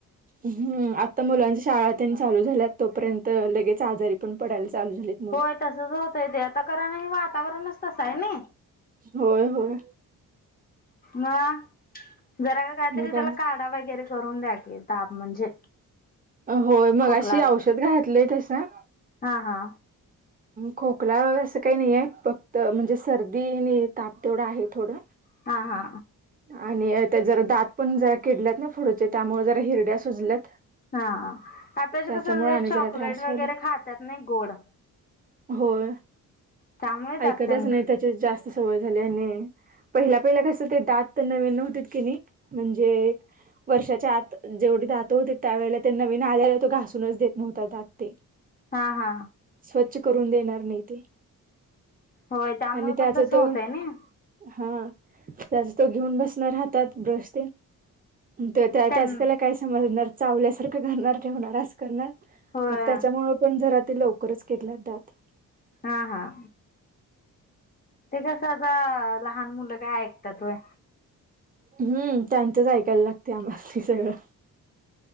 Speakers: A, on the right; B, on the left.
A: हम्म. आता मुलांच्या शाळा चालू झाल्या तोपर्यंत लगेच आजारी पण पडायला चालू झालेत मुलं.
B: होय तसच होतय ते आता कारण हे वातावरणच तसं आहे ना.
A: होय होय.
B: मग जरा का काहीतरी
A: मग काय
B: त्याला काढा वगैरे करून द्याकी. ताप म्हणजे
A: होय मगाशी
B: खोकलात
A: औषध घातलंय तसं
B: हा हा
A: खोकला असं काही नाही आहे फक्त म्हणजे सर्दी आणि ताप तेवढा आहे थोडं.
B: हा हा.
A: आणि त्याच जरा दात पण जरा किडल्यात नई फुडच्या त्यामुळ जरा हिरड्या सुजल्यात.
B: हां आताच
A: त्याच्यामुळे
B: कस
A: आणि जरा
B: चॉकलेट
A: त्रास व्हायला
B: वगैरे खातात नाही गोड.
A: होय.
B: त्यामुळे
A: ऐकतच
B: दात हम्म
A: नाही त्याच्यात जास सवय झाल्या आणि पहिल्या पहिल्या कस ते दात त नवीन होतीत की नाही म्हणजे वर्षाच्या आत जेवढी दात होते त्यावेळेला ते नवीन आल्याआल्या तो घासूनच देत नव्हता दात ते.
B: हा हा.
A: स्वच्छ करून देणार नाही ते.
B: होय त्यामुळे
A: आणि त्याचा
B: पण तसं
A: तो
B: होतय ना
A: हां त्याचा तो घेऊन बसणार हातात ब्रश त्या
B: त्यां
A: त्याच त्याला काय समजणार? चावल्यासारख करणार ठेवणार असं करणार
B: होय
A: मग त्याच्यामुळे पण जरा ते लवकरच किडल्यात दात.
B: हां हां ते कसं आता लहान मुलं काय ऐकतात होय
A: हम्म त्यांचेच ऐकायला लागतंय आम्हाला. सगळं